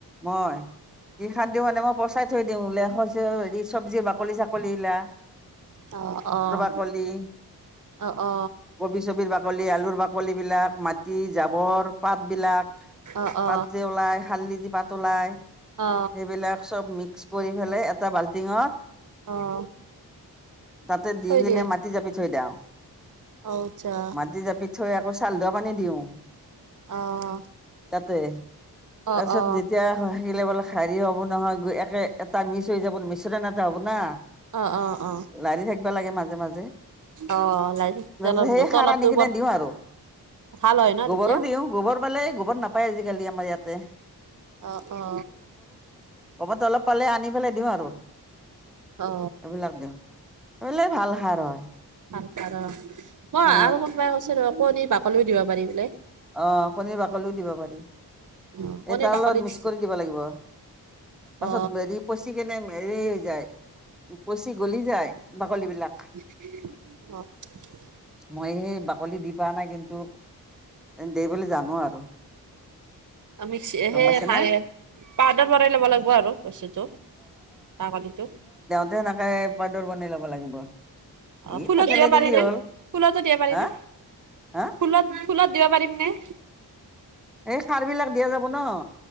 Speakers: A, in the centre; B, on the right.
A: মই কি সাৰ দিওঁ মানে, মই পচ চাই থৈ দিওঁ <unintelligible> হেৰি চব্জি বাকলি চাকলী গিলা।
B: অ', অ'।
A: <unintelligible>
B: অ অ
A: কবি চবিৰ বাকলি আলুৰ বাকলি বিলাক মাটি জাৱৰ পাত বিলাক
B: অ
A: পাত যে ওলাই শাৰলি যে পাত ওলাই।
B: অ অ
A: সেইবিলাক চব মিক্স কৰি ফেলে এটা বাল্টিঙত
B: অ',
A: তাতে দি
B: থৈ
A: কিনে
B: দিয়ে
A: মাটি জাপি থৈ দেওঁ।
B: অ আচ্ছা
A: মাটি জাপি থৈ আকৌ চাউল ধোৱা পানী দিওঁ।
B: অ'।
A: তাতে,
B: অ
A: তাৰপিছত
B: অ
A: যেতিয়া। <unintelligible> শাৰী হ'ব নহয় গৈ একে এটা মিছ হৈ যাব মিশ্ৰন এটা হ'ব না।
B: অ অ অ
A: লাৰি থাকিবা লাগে মাজে, মাজে <unintelligible>
B: অ লাই তেলৰ
A: সেই
B: তলৰটো
A: সাৰ আনি কিনে
B: বৰ
A: দিওঁ আৰু।
B: ভাল হয় ন
A: গোৱৰো
B: তেতিয়া
A: দিওঁ, গোৱৰ পালে গোৱৰ নাপায় আজিকালি আমাৰ ইয়াতে।
B: অ', অ'।
A: গোৱৰতো অলপ পালে আনি পেলাই দিওঁ আৰু,
B: অ
A: এইবিলাক দিওঁ। <unintelligible> ভাল। সাৰ হয়।
B: ভাল সাৰ অ, আৰু
A: অ
B: কোনোবাই কৈছে ৰ' আকৌ কণীৰ বাকলিও দিব পাৰি বোলে?
A: অ' কণীৰ বাকলিও দিব পাৰি।
B: অ কণী
A: এই তাৰ
B: বাকলিত
A: লগত মিক্স কৰি দিব লাগিব, পাছত
B: অ
A: হেৰি পচি কিনে হেৰি হৈ যায় পচি গ'লি যায় বাকলি বিলাক।
B: <unintelligible>
A: মই সেই বাকলি দি পোৱা নাই কিন্তু, দে বুলি জানোঁ আৰু।
B: আমি <unintelligible>
A: গম পাইছে
B: সাৰে।
A: না
B: পাউডাৰ বনাই ল'ব লাগিব আৰু বস্তুটো, বাকলিটো।
A: তেনেকে পাউডাৰ বনাই ল'ব লাগিব।
B: অ'
A: ই
B: ফুলত
A: থেঠেলি
B: দিব পাৰিনে
A: দিলি হ'ল
B: ফুলতো দিবা পাৰিনে?
A: হা হা
B: ফুলত, ফুলত দিব পাৰিম নে?
A: এই সাৰবিলাক দিয়া যাব নহ,